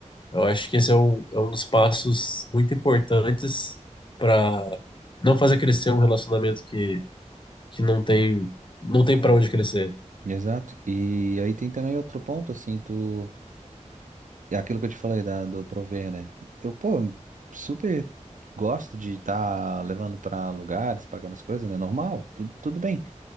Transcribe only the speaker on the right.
Exato. E aí tem também outro ponto, assim, tu. É aquilo que eu te falei da, do Prover, né? Eu, pô, super gosto de estar levando pra lugares, pagando as coisas, né? Normal, tudo, tudo bem.